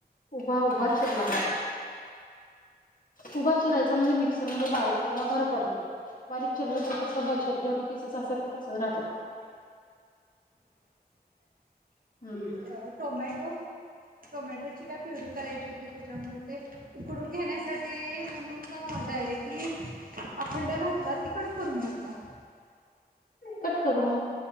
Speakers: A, on the left; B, on the right.
A: उभा उभा चीरला होता. उभा चिरायचा म्हणजे मिक्सरमध्ये बारीक करायला बरं पडतय. बारीक चिरलं तर कस मग छोटी छोटी पीसेस असतात ते तसच राहत्यात हू हू ह.
B: काय टोमॅटो? टोमॅटोची काय प्युरी करायची होती. ते त्याच्यामुळे ते उकडून घेण्यासाठी म्हणून अ डायरेक्टली अखंड घातला की, कट करून घातला.
A: कट करून,